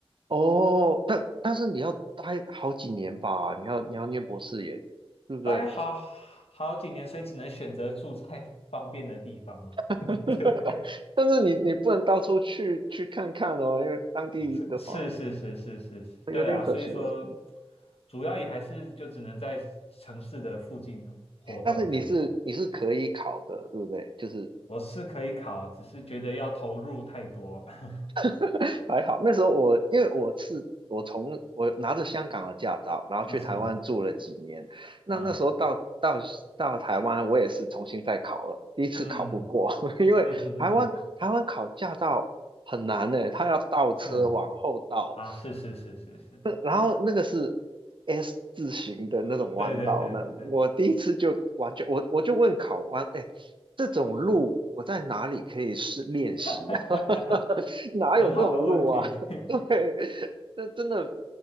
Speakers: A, on the right; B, on the left.
A: 哦，但但是你要待好几年吧？你要你要念博士也，对不对？
B: 待好好几年，所以只能选择住在 <laughs> 方便的地方嘛。<laughs>
A: <laughs>
B: 对
A: 但是你你不能到处去去看看哦，因为当地的话。
B: ex- 是是是是是是，对啊，
A: 有点可惜了。
B: 所以说主要也还是就只能在城市的附近活动这样。
A: 但是你是你是可以考的，对不对？就是
B: 我是可以考，只是觉得要投入太多。<laughs>
A: <laughs> 还好，那时候我因为我是我从我拿着香港的驾照，然后去台湾住了几年。
B: 那是，
A: 那那时候到到到台湾，
B: 嗯
A: 我也是重新再考了，第一次考不过，
B: 嗯
A: <laughs> 因为台湾台湾考驾照很难呢，
B: 嗯嗯哼嗯哼
A: 他要倒车往后倒，
B: 是啊啊，是是是是是，
A: 那然后那个是 S 字形的那种弯道，
B: 对对对对对，
A: 那我第一次就完全，我我就问考官，哎，这种路我在哪里可以试练习啊？
B: <laughs>
A: <laughs> 哪有这种路啊？
B: 很好的问题。<laughs>
A: <laughs> 对，这真的。